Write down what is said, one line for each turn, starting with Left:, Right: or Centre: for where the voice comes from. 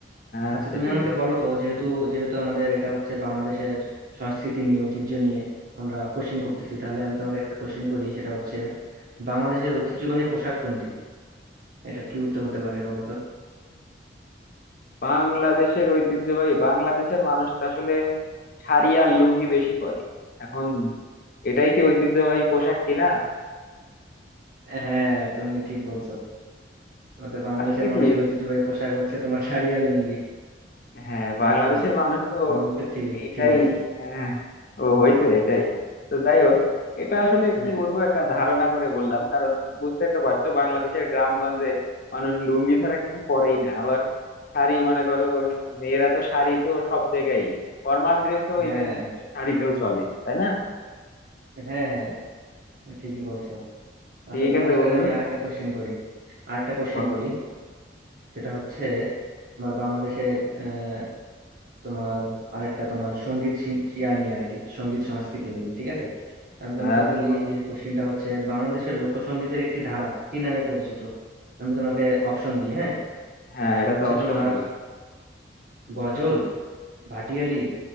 Left: আচ্ছা
Right: আচ্ছা তুমি
Left: ঠিক
Right: আমাকে
Left: আছে
Right: বলো তো যেহেতু যেহেতু আমাদের এটা হচ্ছে বাংলাদেশের সংস্কৃতি নিয়ে ঐতিহ্য নিয়ে আমরা কোশ্চেন করতেছি তাহলে আমি তোমাকে একটা কোশ্চেন করি সেটা হচ্ছে বাংলাদেশের ঐতিহ্যবাহী পোশাক কোনটি এটার কি উত্তর হতে পারে বলো তো
Left: বাংলাদেশের ঐতিহ্যবাহী বাংলাদেশের মানুষ তো আসলে শাড়ি আর লুঙ্গি বেশি পরে এখন এটাই কি ঐতিহ্যবাহী পোশাক কিনা
Right: হ্যাঁ তুমি ঠিক বলছো আমাদের বাংলাদেশের
Left: আসলে
Right: মানুষের
Left: কি
Right: ঐতিহ্যবাহী পোশাক হচ্ছে তোমার শাড়ি আর লুঙ্গি
Left: হ্যাঁ বাংলাদেশের
Right: ঠিক বলছো
Left: মানুষ তো
Right: তোমার উত্তর ঠিক হয়ে-
Left: এইটাই
Right: ঠিক হয়েছে
Left: হ্যাঁ ও হয়েছে এটাই তো যাই হোক এটা আসলে কি
Right: হ্যাঁ
Left: বলবো একটা ধারণা করে বললাম কারণ বুঝতেই তো পারছো বাংলাদেশের গ্রামগঞ্জে মানুষ লুঙ্গি ছাড়া কিছু পরেই না আবার শাড়ি মনে করো মেয়েরা তো শাড়ি তো সব জায়গায় ফর্মাল ড্রেসও
Right: হ্যাঁ
Left: ইভেন শাড়িতেও চলে তাই না
Right: হ্যাঁ হ্যাঁ হ্যাঁ, ঠিকই বলছো
Left: ঠিক
Right: আচ্ছা তোমাকে
Left: আছে
Right: তাহলে
Left: বন্ধু
Right: আমি আরেকটা কোশ্চেন করি আরেকটা কোশ্চেন
Left: বলো
Right: করি সেটা হচ্ছে তোমার বাংলাদেশের আহ, তোমার আরেকটা তোমার সঙ্গীত সি- ইয়া নিয়ে আর কি সঙ্গীত সংস্কৃতি নিয়ে ঠিক আছে আমি তোমাকে
Left: আচ্ছা
Right: বলি
Left: বলো
Right: যে কোশ্চেনটা হচ্ছে বাংলাদেশের লোকসঙ্গীতের একটি ধারা কি নামে পরিচিত আমি তোমাকে অপশন দিই হ্যাঁ
Left: হ্যাঁ এটা
Right: তা হচ্ছে
Left: তো অপশন
Right: তোমার
Left: লাগবে তো
Right: গজল ভাটিয়ালি